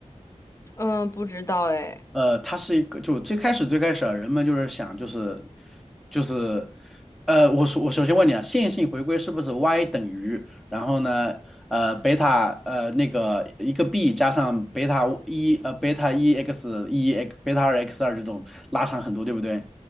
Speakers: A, on the left; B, in the centre.
A: 嗯，不知道哎。
B: 呃，它是一个，就最开始最开始啊，人们就是想就是就是，呃，我首我首先问你啊，线性回归是不是 y 等于，然后呢，呃，贝塔呃那个一个 b 加上贝塔一呃贝塔一 x 一 x 贝塔二 x 二这种拉长很多，对不对？